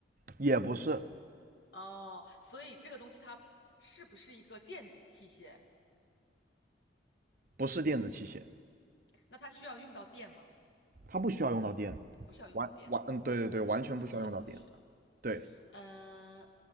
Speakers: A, on the right (about 45°); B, on the left (about 70°).
A: 也不是，
B: 哦，所以这个东西它是不是一个电子器械？
A: 不是电子器械，
B: 那它需要用到电吗？
A: 它不需要用到电，
B: 不需要用到电，
A: 完完，嗯，对对对，完全不需要用到电，
B: 完全不需要。
A: 对，
B: 嗯，